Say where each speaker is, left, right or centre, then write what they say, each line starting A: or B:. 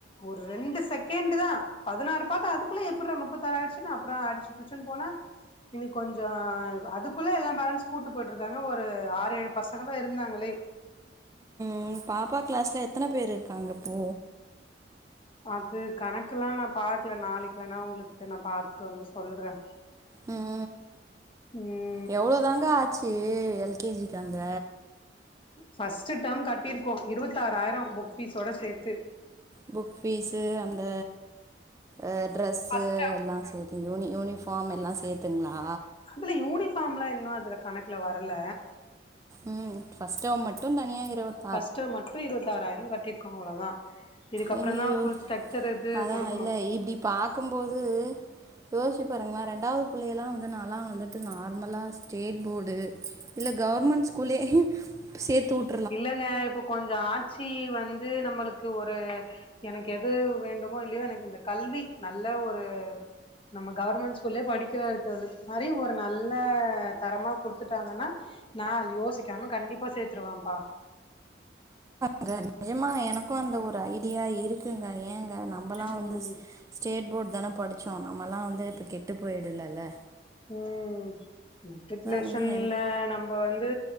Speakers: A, on the left (about 30°); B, on the right (about 15°).
A: ஒரு ரெண்டு செகண்ட்டுதா பதினாறு பாத்தா அதுக்குள்ளே எப்றா நுப்பத்தாறு ஆயிடுச்சுன்னு அப்புறம் அடிச்சு புடிச்சுனு போன இனி கொஞ்சோ அதுக்குள்ள எல்லா பேரண்ட்ஸ் கூட்டு போயிட்டு இருக்காங்க ஒரு ஆறு ஏழு பசங்க தா இருந்தாங்களே
B: ம் பாப்பா கிளாஸ்ல எத்தன பேர் இருக்காங்க ப்போ
A: அது கணக்கெல்லா நா பாக்கல நாளைக்கு வேணா உங்களுக்கு நா பாத்துட்டு வந்து சொல்றே
B: ம்
A: ம்
B: எவ்ளோ தாங்க ஆச்சி எல் கே ஜிக்கு அங்க
A: ஃபர்ஸ்ட்டு டர்ம் கட்டிருக்கோ இருவத்தி ஆறாயிரம் புக் ஃபீஸோட சேத்து
B: புக் ஃபீஸு அந்த ஈ ட்ரெஸ்ஸு
A: ஃபர்ஸ்ட் டேர்ம்
B: எல்லா சேத் இ யூனி யூனிஃபார்ம் எல்லா சேத்துங்ளா
A: இதில யூனிஃபார்ம்லா இன்னு அதில கணக்குல வரல
B: ம் ஃபஸ்ட் டேம் மட்டு தனியா இருவத்
A: ஃபர்ஸ்ட் டேம் மட்டு இருவத்தி ஆறாயிரோமகட்டிருக்கோ அவ்ளோதா இதுக்கப்பறந்தா
B: ஐயோ
A: ஃபுல் ஸ்ட்ரக்சர் இது
B: அதா
A: குடுக்கணு
B: இல்ல இப்டி பாக்கும்போது யோசி பாருங்களா ரெண்டாவது புள்ளையெல்லா வந்து நல்லா வந்துட்டு நார்மலா ஸ்டேட் போர்டு இல்ல கவர்மெண்ட் ஸ்கூலே சேத்துவுட்
A: இல்லங்க இப்போ கொஞ்சோ ஆட்சி வந்து நம்மளுக்கு ஒரு எனக்கு எது வேண்டுமோ இல்லையோ எனக்கு இந்த கல்வி நல்ல ஒரு நம்ம கவர்மெண்ட் ஸ்கூல்லயே படிக்கிற இருக்க மாதிரி ஒரு நல்ல தரமா குடுத்துட்டாங்கனா நாள் யோசிக்காம கண்டிப்பா சேத்துருவாப்பா
B: ங்க நிஜமா எனக்கு அந்த ஒரு ஐடியா இருக்குங்க ஏங்க நம்பலா
A: ம்
B: வந்து ஸ்டேட் போர்டு தான படிச்சோ நம்மலா வந்து இப்போ கெட்டு போயிட்டுலல்ல
A: ம் மெட்ரிகுலேஷன்ல
B: வந்து எனக்கு
A: நம்ப வந்து